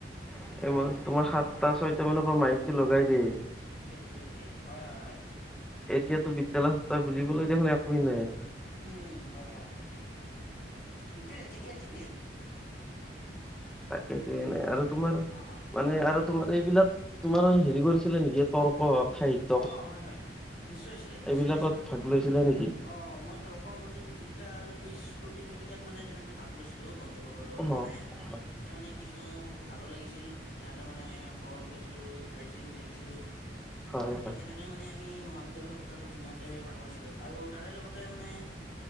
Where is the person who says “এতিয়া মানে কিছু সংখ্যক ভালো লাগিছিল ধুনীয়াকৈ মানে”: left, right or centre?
Left